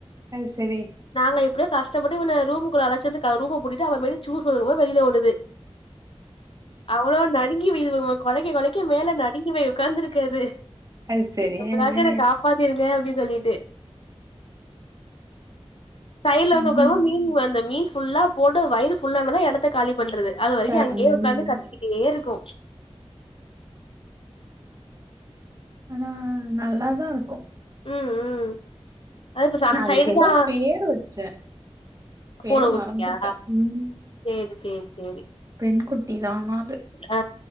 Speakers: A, on the right; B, on the left.
A: ஆ செரி
B: நாங்க எப்டியோ கஷ்டப்பட்டு இவன ரூமுக்குள்ள அழச்சி வந்து க ரூம்மூ பூட்டிட்டு அவ மேரி சூஸ்ங்கு போது வெளியில ஓடுது அவ்ளோ நடுங்கி வ இது கொலைக்க கொலைக்க மேல நடுங்கி போய் உக்காந்துருக்கு அது
A: அது சரி
B: எப்புராச்சி
A: ஆ ஆ
B: என காப்பாத்திருங்க அப்டி சொல்லிட்டு சைட்ல வந்து
A: ம்
B: உக்காரவு மீன் வந்த மீன் ஃபுல்லா போட்டு வயிர் ஃபுல்லானதா எடத்த காலி பண்றது அது வரைக்கு
A: அ
B: அங்கயே
A: ம்
B: உக்காந்து கத்திக்கிட்டே இருக்கு
A: ஆனா நல்லாதா இருக்கு
B: ம் ம் அது இப்ப
A: நா
B: அந்த
A: அதுக்கு
B: சைடு
A: ஏதோ
B: தா
A: பேரு வச்சே பேரு
B: பூன குட்டியா
A: மறந்துட்ட ம்
B: சேரி சேரி சேரி
A: பெண் குட்டி தானா அது
B: ஆ